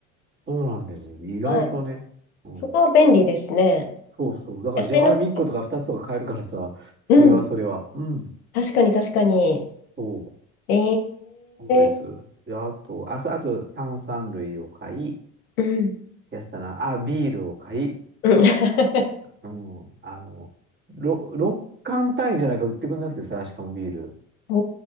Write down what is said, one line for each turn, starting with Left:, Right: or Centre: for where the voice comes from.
Right: そうなんだよね。意外とね。
Left: はい。
Right: うん。
Left: そこは便利ですね。
Right: そうそう。だから、
Left: 野菜の、
Right: じゃがいも1個とか2つとか買えるからさ、それはそれは。
Left: うん。
Right: うん。
Left: 確かに確かに。
Right: そう。
Left: え
Right: そうです。
Left: ー。
Right: で、あと、あ、そうあと、炭酸類を買い、
Left: うん。
Right: やつだな。あ、ビールを買い、
Left: うん。<laughs>
Right: うん、あの、ろ6缶単位じゃなく売ってくんなくてさ、しかもビール。
Left: お